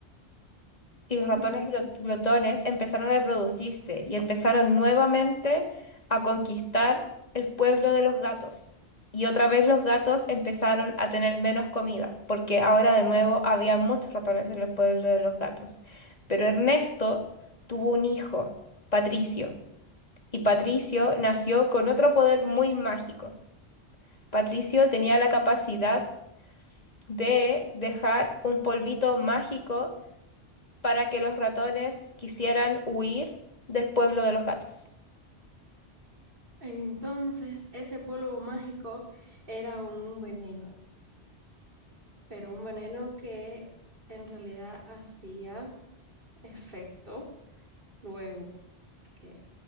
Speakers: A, on the left; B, on the right.
A: y los ratones
B: <laughs>
A: glo- glotones empezaron a reproducirse y empezaron nuevamente a conquistar el pueblo de los gatos. Y otra vez los gatos empezaron a tener menos comida, porque ahora de nuevo había muchos ratones en el pueblo de los gatos. Pero Ernesto tuvo un hijo, Patricio, y Patricio nació con otro poder muy mágico. Patricio tenía la capacidad de dejar un polvito mágico para que los ratones quisieran huir del pueblo de los gatos.
B: Entonces, ese polvo mágico era un veneno, <gasps> pero un veneno que en realidad hacía efecto luego. que